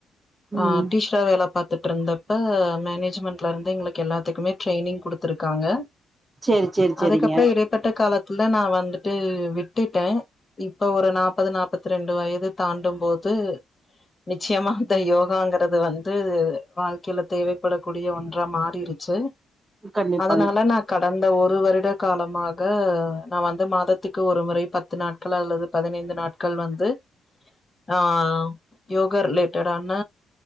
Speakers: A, on the left; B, on the right.
A: ஆ
B: ம்
A: டீச்சரா வேல பாத்துட்டு இருந்தப்ப மேனே ஜ்மென்ட்ல இருந்து எங்களுக்கு எல்லாத்துக்குமே டிரெயினிங் கொடுத்துருக்காங்க
B: சரி சரி சரிங்க
A: அதுக்கப்புற இடைப்பட்ட காலத் ல நா வந்துட்டு விட் விட்டுட்டே இப்ப ஒரு நாற்பது நாற்பத்த ரெண்டு வயது தாண்டும் போது நிச்சயமா அந்த யோகாங்கறது வந்து வாழ்க்கையில தேவைப்படக்கூடிய ஒன் மாறிருச்சு
B: கண்டிப்பாங்க
A: அதனால நா க கடந்த ஒரு வருட காலமாக நா வந்து மாதத்துக்கு ஒரு முறை பத்து நாட்கள் அல்லது பதினைந்து நாட்கள் வந்து ஆ யோகா ரிலேட்டடான